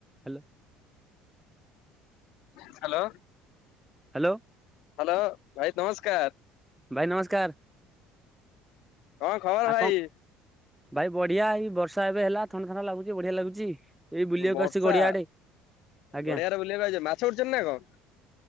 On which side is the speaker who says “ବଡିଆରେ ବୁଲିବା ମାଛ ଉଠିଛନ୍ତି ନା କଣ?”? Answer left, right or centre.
Left